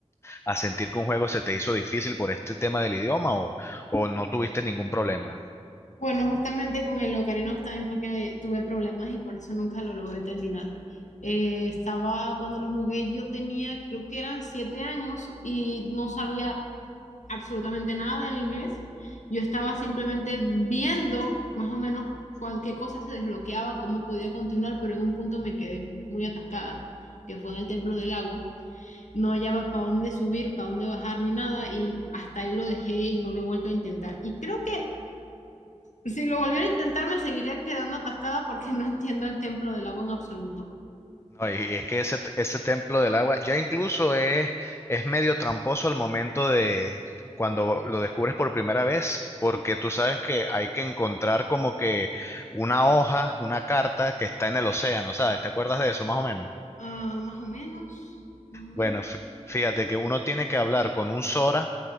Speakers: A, on the left; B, on the left.
A: a sentir que un juego se te hizo difícil por este tema del idioma o, o no tuviste ningún problema.
B: Bueno, justamente con el Ocarina of Time fue que tuve problemas y por eso nunca lo logré terminar. Eh, estaba, cuando lo jugué, yo tenía, creo que eran siete años y no sabía absolutamente nada del inglés. Yo estaba simplemente viendo más o menos qué cosa se desbloqueaba, cómo podía continuar, pero en un punto me quedé muy atascada, que fue en el templo del agua. No hallaba para dónde subir, para dónde bajar ni nada y hasta ahí lo dejé y no lo he vuelto a intentar. Y creo que si lo volviera a intentar me seguiría quedando atascada porque <laughs> no entiendo el templo del agua en absoluto.
A: No, y y es que ese, ese templo del agua ya incluso es, es medio tramposo al momento de cuando lo descubres por primera vez, porque tú sabes que hay que encontrar como que una hoja, una carta que está en el océano, ¿sabes? ¿Te acuerdas de eso más o menos?
B: Ah, más o menos, más o menos.
A: Bueno, fí- fíjate que uno tiene que hablar con un Sora